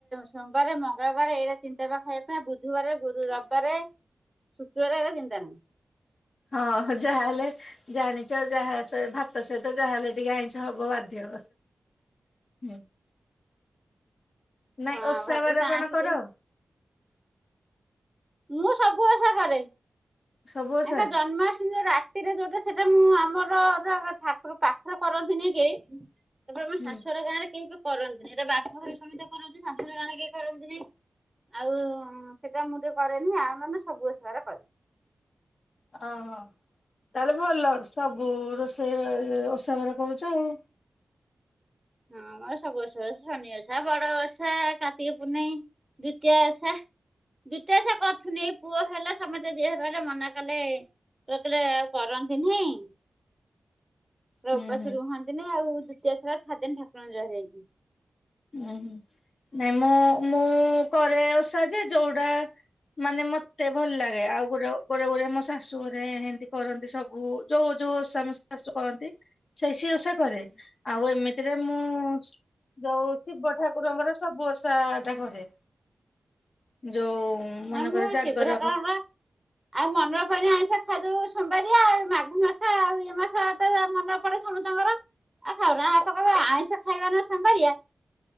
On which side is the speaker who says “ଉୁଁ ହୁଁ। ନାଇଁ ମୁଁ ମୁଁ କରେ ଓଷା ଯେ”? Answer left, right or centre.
Left